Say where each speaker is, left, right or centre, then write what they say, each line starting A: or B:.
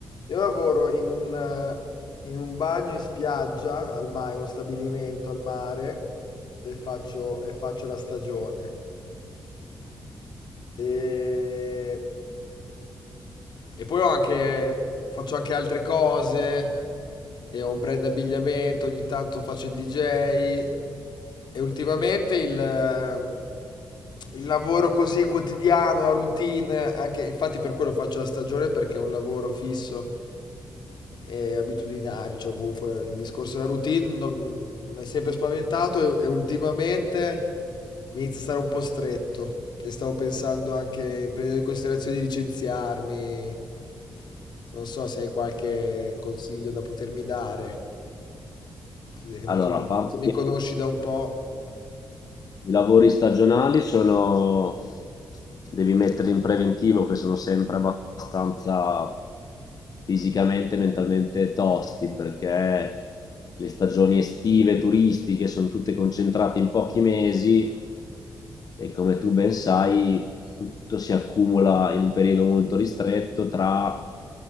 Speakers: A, on the left; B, on the left.
A: Io lavoro in un, eh, in un bagno in spiaggia, al mare, uno stabilimento al mare, e faccio, e faccio la stagione. E, e poi ho anche, faccio anche altre cose, e ho un brand abbigliamento, ogni tanto faccio il DJ, e ultimamente il, eh, il lavoro così quotidiano, la routine, anche, infatti per quello faccio la stagione, perché è un lavoro fisso è abitudinario, cioè comunque il discorso della routine non- mi è sempre spaventato e, e ultimamente mi inizia a stare un po' stretto e stavo pensando anche, prendendo in considerazione di licenziarmi, non so se hai qualche consiglio da potermi dare, che mi,
B: Allora,
A: con-
B: a parte
A: se mi
B: che
A: conosci da un po'.
B: i lavori stagionali sono, devi mettere in preventivo che sono sempre abbastanza fisicamente e mentalmente tosti perché le stagioni estive, turistiche sono tutte concentrate in pochi mesi e come tu ben sai tutto si accumula in un periodo molto ristretto tra